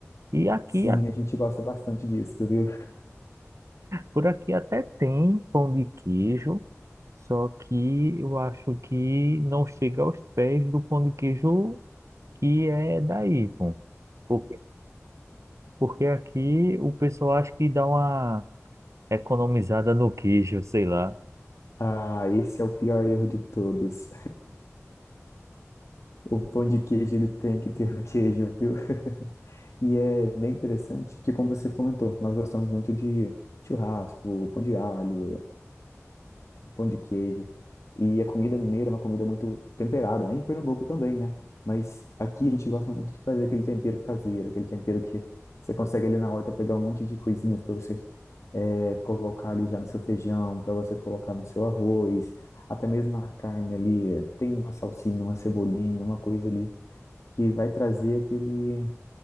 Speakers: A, on the right; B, on the left.
A: E aqui,
B: sim,
A: a-
B: a gente gosta bastante disso, viu?
A: por aqui até tem pão de queijo, só que eu acho que não chega aos pés do pão de queijo que é daí, pô. Porque, porque aqui o pessoal acha que dá uma economizada no queijo, sei lá.
B: Ah, esse é o pior erro de todos. O pão de queijo, ele tem que ter o queijo, viu? E é bem interessante, porque como você comentou, nós gostamos muito de churrasco, pão de alho, pão de queijo. E a comida mineira é uma comida muito temperada, né? em Pernambuco também, né? Mas aqui a gente gosta muito de fazer aquele tempero caseiro, aquele tempero que você consegue ali na horta pegar um monte de coisinhas para você é, colocar ali já no seu feijão, para você colocar no seu arroz, até mesmo na carne ali, é, tem uma salsinha, uma cebolinha, uma coisa ali que vai trazer aquele,